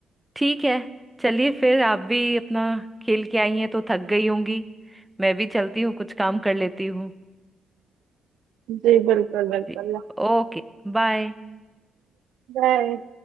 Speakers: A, in the centre; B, on the right.
A: ठीक है चलिए फिर आप भी अपना खेल के आई हैं तो थक गई होंगी मैं भी चलती हूँ कुछ काम कर लेती हूँ
B: जी बिल्कुल बिल्कुल
A: जी ओके बाय
B: बाय